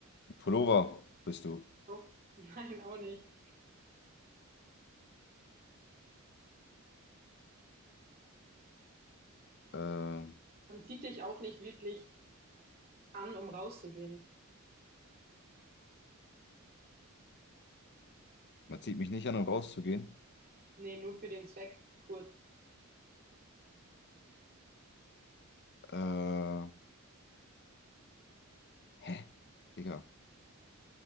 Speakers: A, on the left; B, on the right.
A: Ein Pullover bist du.
B: Auch. <laughs> Nein, auch nicht.
A: Äh,
B: Man zieht dich auch nicht wirklich an, um rauszugehen.
A: man zieht mich nicht an, um rauszugehen.
B: Nee, nur für den Zweck. Kurz.
A: Äh, hä? Digga.